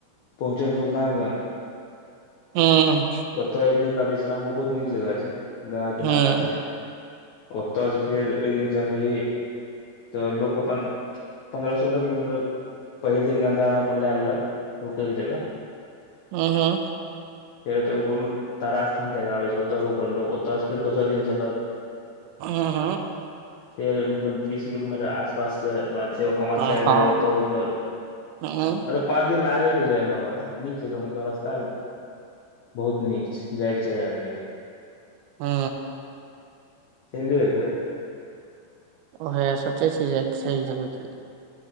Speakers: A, on the left; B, on the right.
A: पहुँचे म् सुलतानगंज
B: हूँ
A: ओतऽ एक दिन का विश्राम ओ बहुत नीक जगह छैय गंगा किनारा
B: हूँ
A: छैय ओतऽ से फेर एक दिन चलबीही तऽ लोक अपन पन्द्रह सोलह किलोमीटर पहिले दिन के अंतार मे अपन लय लेलक रुकय के जगह
B: हूँ हूँ
A: फेर ओतय कोनो तारा स्थान के कऽ छै ओतय रुकल लोग ओतऽ स फेर दोसर दिन चलल
B: हूँ हूँ
A: फेर मतलब बीस किलोमीटर के आस पास के बाद छै ओ कमरसेएर
B: हूँ हूँ
A: जगह ओतऽ रुकल
B: हूँ
A: मतलब पाँच दिन लागेै छै जाय में बाबाधाम नीक जगह मतलब रास्ता बहुत नीक छै जाय के चाही आदमी के
B: हूँ
A: चैल जो एक बैर
B: ओहय सोचै छी जे चैल जबै की